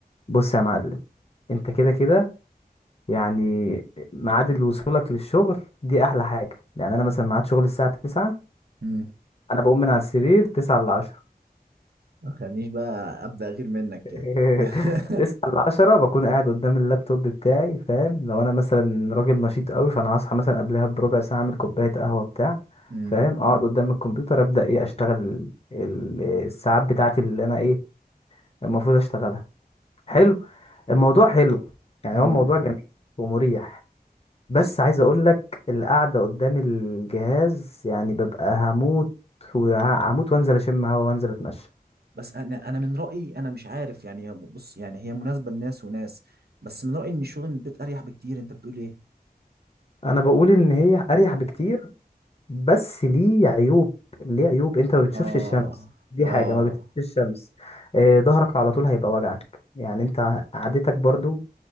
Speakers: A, on the left; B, on the right.
A: بص يا معلم انت كده كده يعني ميعاد وصولك للشغل دي احلى حاجه يعني انا مثلا ميعاد شغل الساعه 9
B: امم
A: انا بقوم من على السرير تسعة لعشرة
B: ما تخلينيش بقى ابدا غير منك كده
A: <laughs>
B: <laughs>
A: تسعة لعشرة بكون قاعد قدام اللابتوب بتاعي فاهم لو انا مثلا راجل نشيط قوي فانا هصحى مثلا قبلها بربع ساعة اعمل كوباية قهوة بتاع
B: امم
A: فاهم اقعد قدام الكمبيوتر ابدأ ايه اشتغل ال- ال- الساعات بتاعتي اللي انا ايه المفروض اشتغلها حلو الموضوع حلو يعني
B: امم
A: هو الموضوع جميل ومريح بس
B: بس
A: عايز اقول لك القعدة قدام الجهاز يعني ببقى هموت وهموت وانزل اشم هوا وانزل اتمشى
B: بس انا انا من رايي انا مش عارف يعني بص يعني هي مناسبه لناس وناس بس من رايي ان الشغل من البيت اريح بكتير انت بتقول ايه
A: انا بقول ان هي اريح بكتير بس ليه عيوب ليه عيوب انت ما بتشوفش
B: اه
A: الشمس دي
B: اه
A: حاجه ما بتشوفش الشمس آه، ظهرك على طول هيبقى وجعك يعني انت قعدتك برضو